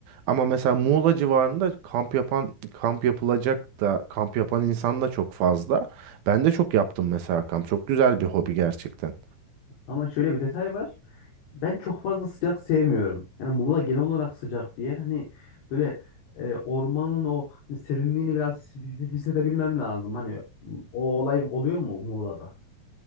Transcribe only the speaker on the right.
Ama mesela Muğla civarında kamp yapan, kamp yapılacak da kamp yapan insan da çok fazla. Ben de çok yaptım mesela kamp. Çok güzel bir hobi gerçekten.